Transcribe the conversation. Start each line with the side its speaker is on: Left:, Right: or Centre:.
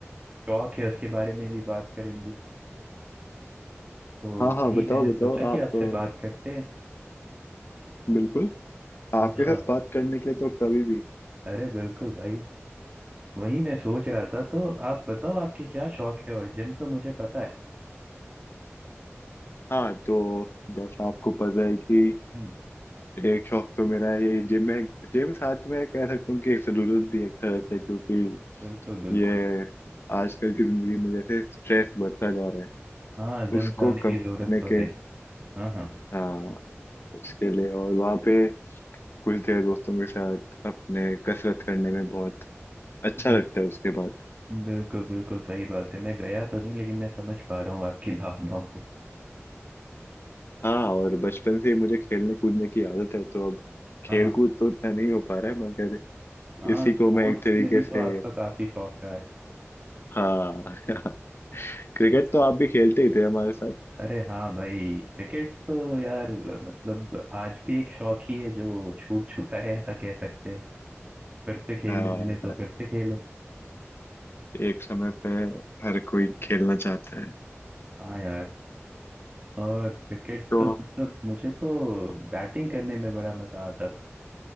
Right: शौक है उसके बारे में भी बात करेंगे तो
Left: हाँ
Right: वही
Left: हाँ बताओ
Right: मैंने सोचा
Left: बताओ
Right: कि
Left: आप
Right: आपसे
Left: अ,
Right: बात करते हैं
Left: बिल्कुल आपके
Right: हाँ हाँ
Left: साथ बात करने के लिए तो कभी भी
Right: अरे बिल्कुल भाई वही मैं सोच रहा था तो आप बताओ आपके क्या शौक है और जिम तो मुझे पता है
Left: हाँ तो जैसा आपको पता है कि
Right: हम्म,
Left: एक शौक तो मेरा है ये जिम है जिम साथ में कह सकता हूँ कि एक जरूरत भी एक तरह से क्योंकि
Right: बिल्कुल बिल्कुल
Left: ये आजकल की जिंदगी में जैसे स्ट्रेस बढ़ता जा रहा है
Right: हाँ जिम
Left: उसको
Right: जाने की
Left: कम करने
Right: जरूरत तो
Left: के
Right: है हाँ हाँ
Left: हाँ उसके लिए और वहाँ पे कुछ देर दोस्तों के साथ अपने कसरत करने में बहुत अच्छा
Right: हम्म,
Left: लगता है उसके बाद
Right: बिल्कुल बिल्कुल सही बात है मैं गया तो नहीं लेकिन मैं समझ पा रहा हूँ आपकी भावनाओं को
Left: हाँ और बचपन से ही मुझे खेलने कूदने की आदत है तो अब खेल
Right: हाँ हाँ
Left: कूद तो उतना नहीं हो पा रहा है मगर
Right: हाँ
Left: इसी
Right: स्पोर्ट्स
Left: को मैं एक तरीके
Right: में भी
Left: से
Right: तो आपका काफी शौक रहा है
Left: हाँ <laughs> क्रिकेट तो आप भी खेलते ही थे हमारे साथ
Right: अरे हाँ भाई क्रिकेट तो यार मतलब आज भी एक शौक ही है जो छूट चुका है ऐसा कह सकते हैं फिर से खेलने
Left: हाँ
Right: मिले तो फिर से खेले
Left: एक समय पे हर कोई खेलना चाहता है
Right: हाँ यार और क्रिकेट
Left: तो
Right: तो मतलब मुझे तो बैटिंग करने में बड़ा मजा आता था